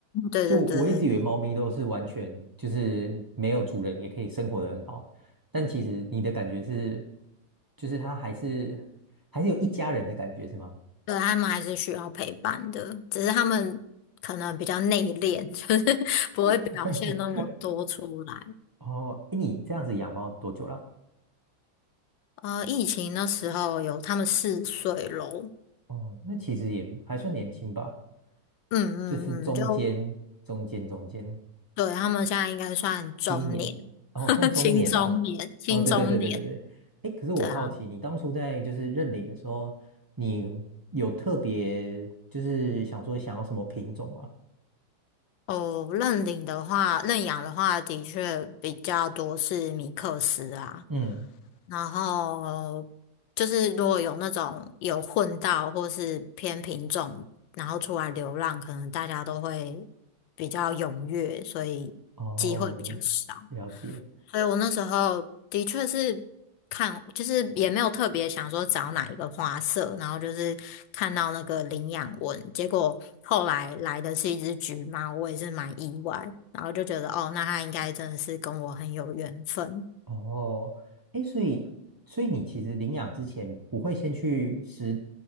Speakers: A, on the left; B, on the right.
A: 对对对对
B: 就我一直以为猫咪都是完全就是没有主人也可以生活得很好，但其实你的感觉是，就是它还是还是有一家人的感觉，是吗？
A: 对，他们还是需要陪伴的，只是他们可能比较内敛，<laughs> 就是不会表现那么多出来。
B: <laughs> 哦，哎，你这样子养猫多久了？
A: 呃，疫情那时候有他们四岁咯，
B: 哦，那其实也还算年轻吧，
A: 嗯嗯嗯，
B: 就是中间中间中间。
A: 就对，他们现在应该算中年，
B: 青年哦，
A: <laughs>
B: 算中年哦。
A: 青中年，青中年，
B: 哦，对对对对对对。哎，可是我好奇，
A: 对啊。
B: 你当初在就是认领的时候，你有特别就是想说想要什么品种吗？
A: 哦，认领的话，认养的话，的确比较多是米克斯啊。
B: 嗯，
A: 然后就是如果有那种有混到或是偏品种，然后出来流浪，可能大家都会比较踊跃，所以机会比较少。
B: 哦嘞，了解。
A: 所以我那时候的确是看，就是也没有特别想说找哪一个花色，然后就是看到那个领养文，结果后来来的是一只橘猫，我也是蛮意外，然后就觉得哦，那它应该真的是跟我很有缘分。
B: 哦，哎，所以所以你其实领养之前不会先去实